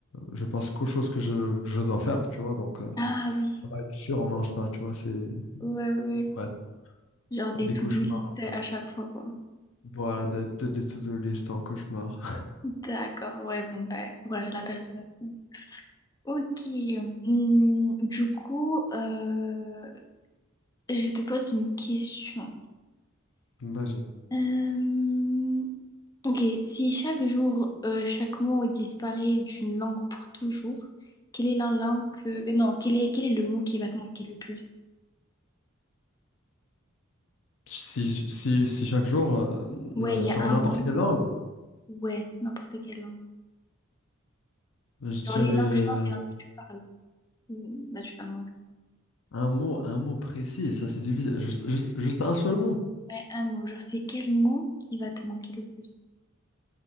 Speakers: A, on the left (about 65°); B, on the left (about 20°).
A: je pense qu'aux choses que je, que je dois faire, tu vois. Donc, euh,
B: Ah oui,
A: ça va être sûrement ça, tu vois. C'est
B: ouais, ouais. ouais.
A: ça va être
B: Genre des
A: des
B: to-do
A: cauchemars.
B: list à
A: euh,
B: chaque fois, quoi.
A: Voilà, des, des, des to-do list en cauchemar.
B: D'accord, ouais, bon, bah, courage à la personne aussi. Ok, hum, du coup, euh, je te pose une question.
A: <laughs> Vas-y.
B: Euh, ok, si chaque jour, euh, chaque mot disparaît d'une langue pour toujours, quelle est la langue que... euh, Non, quel est, quel est le mot qui va te manquer le plus?
A: Si, si, si chaque jour, euh,
B: Ouais,
A: na-
B: il y
A: sur
B: a un
A: n'importe
B: mot.
A: quelle langue,
B: Ouais, n'importe quelle langue.
A: je dirais
B: Genre les langues,
A: euh,
B: je pense, les langues que tu parles, hum, naturellement.
A: un mot, un mot précis, et ça c'est difficile. Juste, juste, juste un seul mot,
B: Ouais, un mot. Genre, c'est quel mot qui va te manquer le plus?